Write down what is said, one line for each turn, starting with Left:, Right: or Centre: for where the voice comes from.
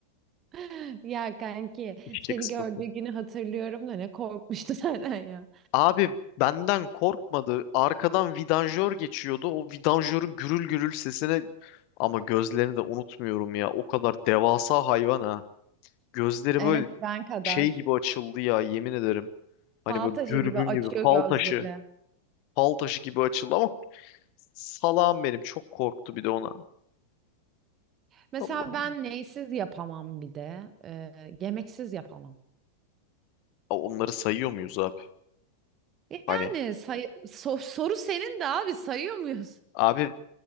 Right: <laughs> Ya kanki
Left: eşek
Right: seni
Left: sıpası.
Right: gördüğü günü hatırlıyorum da ne korkmuştu <laughs> senden ya.
Left: Abi benden korkmadı. Arkadan vidanjör geçiyordu. O vidanjörün gürül gürül sesine ama gözlerini de unutmuyorum ya. O kadar devasa hayvan ha. Gözleri
Right: Evet
Left: böyle
Right: ben kadar.
Left: şey gibi açıldı ya yemin ederim. Hani
Right: Fal
Left: böyle
Right: taşı
Left: dürbün
Right: gibi açıyor
Left: gibi fal
Right: gözleri.
Left: taşı, fal taşı gibi açıldı ama salağım benim çok korktu bir de ona.
Right: Mesela
Left: Allah'ım.
Right: ben neysiz yapamam bir de. Ee, yemeksiz yapamam.
Left: Ya Onları sayıyor muyuz abi?
Right: Yani
Left: Hani
Right: say so- soru senin de abi sayıyor muyuz?
Left: abi